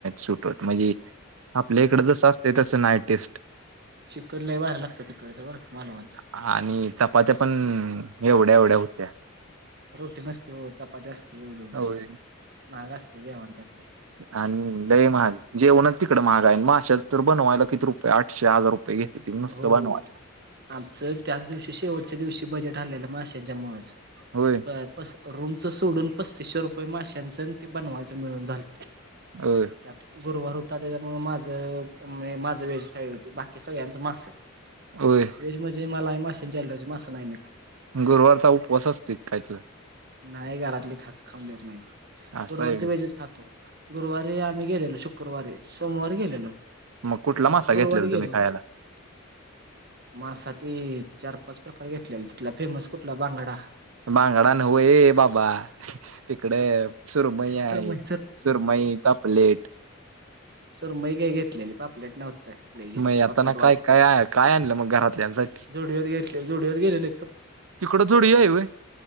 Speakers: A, on the right; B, on the right.
A: सुटवत म्हणजे. आपल्या इकडं जसं असते तसं नाय टेस्ट.
B: चिकलला वय लागत तिकडचं बरं का मालवांचं.
A: आणि चपात्या पण एवढ्या एवढ्या होत्या.
B: रोटी नसते हो चपाती असते एवढी एवढी
A: होय.
B: महाग असते घे म्हण त्यातले.
A: आणि लय महाग जेवणच तिकड महागा आहे मशाल तर बनवायला किती रुप आठशे हजार रुपये घेते ती नुसत
B: हो
A: बनवायला.
B: आमचं त्याच दिवशी शेवटच्या दिवशी बजेट आलेलं माशांच्या मुच
A: होय
B: प रूमच सोडून पस्तीसशे रुपये माशांचं ते बनवायचं मिळून झालं.
A: अ --
B: त्यात गुरुवार होता त्याच्यामुळ माझं म्ह माझं वेजथाळी होती बाकी सगळ्यांचं मास.
A: होय
B: वेज म्हणजे मला आहे मासे ॲलरजी मास नाही मी खात.
A: गुरुवारचा उपवास असतोय क काय तुझा?
B: नाही घरातली खात खाऊ देत नाही.
A: असं
B: गुरवारच
A: आहे व्हय.
B: वेहेजच खातो. गुरुवारी आम्ही गेलेलो. शुक्रवारी, सोमवारी गेलेलो.
A: मग कुठला
B: सोमवारी
A: मासा
B: गुरुवारी
A: घेतलेला तुम्ही
B: गेलो.
A: खायाला?
B: मासा ते चार - पाच प्रकार घेतलेल तिथला फेमस कुठला बांगडा.
A: बांगडा नव्ह. ये बाबा. तिकडे सुरमई
B: सरमई
A: आहे. सुरमई, पापलेट --
B: सुरमई काय घेतलेली पापलेट नव्हत. घेत
A: मग आता
B: बापर
A: ना काय काय
B: <unintelligible>
A: काय आणलं मग घरातल्यांसाठी?
B: जोडिओत घेतले. जोडिओत गेलेले --
A: तिकडं जोडिओ हाय होय?